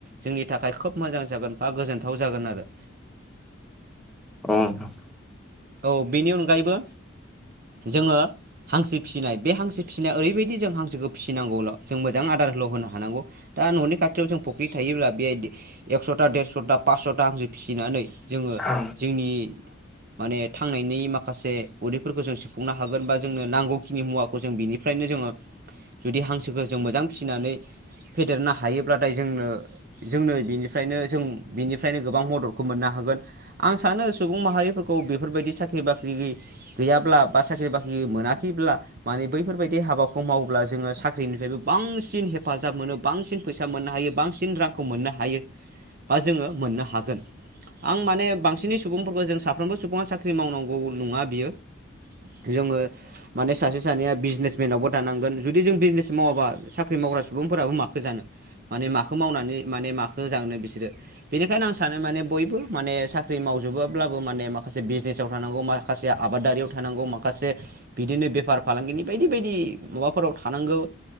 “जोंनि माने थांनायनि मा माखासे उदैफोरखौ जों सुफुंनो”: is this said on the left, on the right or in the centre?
Right